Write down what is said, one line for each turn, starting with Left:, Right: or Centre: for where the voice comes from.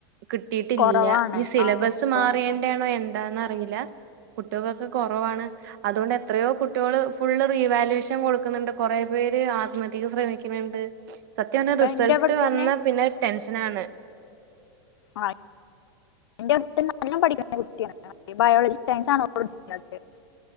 Right: കിട്ടീട്ടില്ല
Left: കുറവാണ്
Right: നീ സിലബസ്
Left: ആഹ്
Right: മാറിയേണ്ടാണോ
Left: കുറവാണ്
Right: എന്താന്ന് അല്ല കുട്ടികൾക്കെ കുറവാണ് അതുകൊണ്ട് എത്രയോ കുട്ടികൾ ഫുള്ള് റീവല്വേഷൻ കൊടുക്കുന്നുണ്ട് കൊറെ പേര് ആത്മഹത്യക്ക് ശ്രമിക്കുന്നുണ്ട് സത്യം പറഞ്ഞ
Left: ഇപ്പൊ
Right: റിസൾട്ട്
Left: എന്റെ അവിടെ
Right: വന്ന
Left: തന്നെ
Right: പിന്നെ ടെൻഷനാണ്
Left: ആ എന്റെ അടുത്ത് നല്ലാം പഠിക്കുന്ന കുട്ടിയാണ് ബയോളജി സയൻസ് ആണ് ഓള് എടുക്കുന്നത്